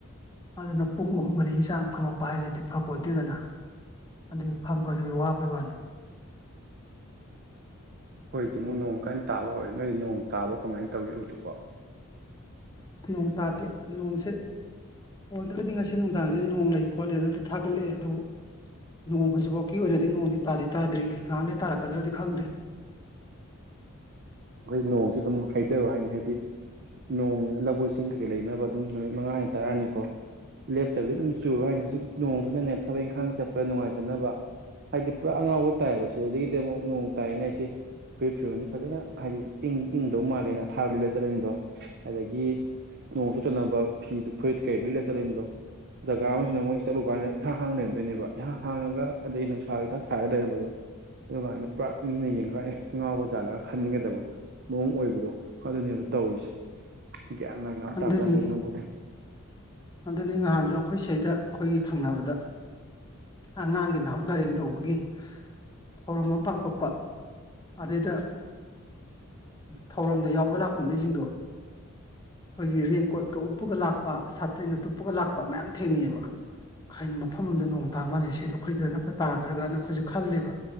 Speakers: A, on the left; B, on the right.
A: ꯑꯗꯨꯅ ꯄꯨꯡ ꯑꯍꯨꯝ ꯃꯔꯤꯒꯤ ꯆꯥꯡ ꯐꯝꯃꯛꯄ ꯍꯥꯏꯁꯤꯗꯤ ꯐ ꯄꯣꯟꯇꯦꯗꯅ ꯑꯗꯨꯒꯤ ꯐꯝꯕꯗꯨꯒꯤ ꯋꯥꯕꯩ ꯋꯥꯅꯤ
B: ꯑꯩꯈꯣꯏꯁꯨ ꯑꯃꯨꯛ ꯅꯣꯡ ꯀꯟꯅ ꯇꯥꯕ ꯍꯧꯔꯦ ꯅꯣꯏ ꯅꯣꯡ ꯇꯥꯕ꯭ꯔꯥ ꯀꯃꯥꯏꯅ ꯇꯧꯒꯦ ꯍꯧꯖꯤꯛꯄꯣ
A: ꯅꯣꯡ ꯇꯥꯗꯦ ꯅꯣꯡꯁꯦ ꯐꯣꯜꯗꯕꯨꯗꯤ ꯉꯁꯤ ꯅꯨꯡꯗꯥꯡꯁꯦ ꯅꯣꯡ ꯂꯩ ꯈꯣꯠꯂꯦꯅꯗꯤ ꯊꯥꯒꯠꯂꯛꯑꯦ ꯑꯗꯨꯕꯨ ꯅꯣꯡ ꯍꯧꯖꯤꯛꯐꯥꯎꯀꯤ ꯑꯣꯏꯅꯗꯤ ꯅꯣꯡꯗꯤ ꯇꯥꯗꯤ ꯇꯥꯗ꯭ꯔꯤ ꯅꯍꯥꯛ ꯂꯩꯔ ꯇꯥꯔꯛꯀꯗ꯭ꯔꯗꯤ ꯈꯪꯗꯦ
B: ꯈꯣꯏ ꯅꯣꯡꯁꯤ ꯑꯗꯨꯝ ꯍꯩꯗꯔꯣ ꯍꯥꯏꯅꯤ ꯍꯥꯏꯗꯤ ꯅꯣꯡ ꯂꯕꯨꯛ ꯏꯁꯤꯡ ꯀꯩꯀꯩ ꯂꯩꯅꯕ ꯑꯗꯨꯝ ꯅꯨꯃꯤꯠ ꯃꯉꯥꯅꯤ ꯇꯔꯥꯅꯤꯀꯣ ꯂꯦꯞꯇꯕꯗꯤ ꯑꯗꯨꯝ ꯆꯨꯔꯨ ꯍꯥꯏꯅꯦ ꯍꯧꯖꯤꯛ ꯅꯣꯡꯁꯨꯅꯅꯦ ꯊꯕꯛ ꯏꯪꯈꯥꯡ ꯆꯠꯄꯗ ꯅꯨꯡꯉꯥꯏꯇꯅꯕ ꯍꯥꯏꯗꯤ ꯄꯨꯔꯥ ꯑꯉꯥꯎꯕ ꯇꯥꯏꯌꯦꯕ ꯁꯤꯗꯒꯤꯗꯤ ꯑꯃꯨꯛ ꯅꯣꯡ ꯇꯥꯏꯌꯦꯅ ꯑꯩꯁꯦ ꯐꯨꯔꯤꯠ ꯐꯤꯔꯣꯟꯜꯗꯤ ꯐꯖꯅ ꯍꯥꯏꯗꯤ ꯏꯪ ꯏꯪꯗꯧ ꯃꯥꯜꯂꯦꯅ ꯑꯊꯥꯕ ꯂꯤꯠꯂ ꯆꯠꯂꯅꯤꯗꯣ ꯑꯗꯒꯤ ꯅꯣꯡ ꯆꯣꯠꯇꯅꯕ ꯐꯤꯗ ꯐꯨꯔꯤꯠ ꯀꯩ ꯂꯤꯠꯂ ꯆꯠꯂꯤꯅꯤꯗꯣ ꯖꯒꯥ ꯑꯃꯁꯨꯅ ꯃꯣꯏ ꯆꯠꯂꯨꯀꯥꯟꯗ ꯏꯍꯥꯡ ꯍꯥꯡꯅ ꯂꯩꯔꯝꯗꯣꯏꯅꯦꯕ ꯏꯍꯥꯡ ꯍꯥꯡꯉꯒ ꯑꯗꯩ ꯅꯨꯡꯁꯥꯒ ꯏꯁꯥ ꯁꯥꯔꯒ ꯂꯩꯔꯝꯕꯗꯣ ꯑꯗꯨ ꯀꯥꯟꯗ ꯄꯨꯔꯥ ꯃꯤꯅ ꯌꯦꯡꯉꯥꯛꯒꯥꯟꯗ ꯑꯦ ꯉꯥꯎꯕꯖꯥꯠꯂꯒ ꯈꯥꯜ ꯈꯟꯒꯗꯕ ꯃꯑꯣꯡ ꯑꯣꯏꯕꯗꯣ ꯑꯗꯨꯅꯦꯕ ꯇꯧꯔꯤꯁꯦ ꯒꯌꯥꯟ ꯃꯦꯡꯒꯥ ꯑꯝ
A: ꯑꯗꯨꯅꯤ
B: ꯇꯥꯕꯖꯠ ꯅꯠꯇꯦ ꯅꯣꯡ ꯈꯨꯠꯇꯁꯦ
A: ꯑꯗꯨꯅꯤ ꯉꯍꯥꯟꯁꯨ ꯑꯩꯈꯣꯏ ꯁꯤꯗ ꯑꯩꯈꯣꯏꯒꯤ ꯊꯪꯅꯕꯗ ꯑꯉꯥꯡꯒꯤ ꯅꯥꯍꯨꯠ ꯅꯔꯦꯡ ꯇꯧꯕꯒꯤ ꯊꯧꯔꯝ ꯑꯃ ꯄꯥꯡꯊꯣꯛꯄ ꯑꯗꯩꯗ ꯊꯧꯔꯝꯗꯣ ꯌꯥꯎꯕ ꯂꯥꯛꯄ ꯃꯤꯁꯤꯡꯗꯣ ꯑꯩꯈꯣꯏꯒꯤ ꯔꯦꯟꯀꯣꯠꯇ ꯎꯞꯄꯒ ꯂꯥꯛꯄ ꯁꯥꯇꯔꯤꯅ ꯇꯨꯞꯞꯄꯒ ꯂꯥꯛꯄ ꯃꯌꯥꯝ ꯊꯦꯡꯅꯩꯑꯦꯕ ꯍꯥꯏꯅ ꯃꯐꯝ ꯑꯃꯗ ꯅꯣꯡ ꯇꯥ ꯃꯥꯜꯂꯦ ꯁꯤꯗ ꯑꯩꯈꯣꯏꯗ ꯑꯝꯇ ꯇꯥꯗ꯭ꯔꯒꯅ ꯑꯩꯈꯣꯏꯁꯨ ꯈꯜꯂꯦꯕ